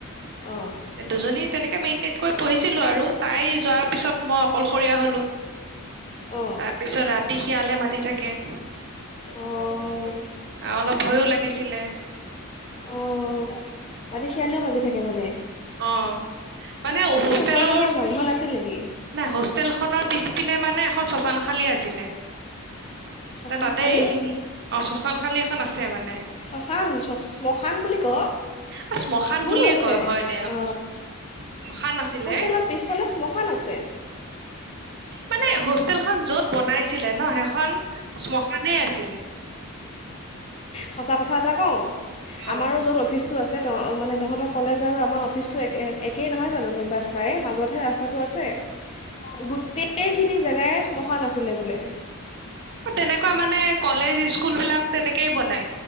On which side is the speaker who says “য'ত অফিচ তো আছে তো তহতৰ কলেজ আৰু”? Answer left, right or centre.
Left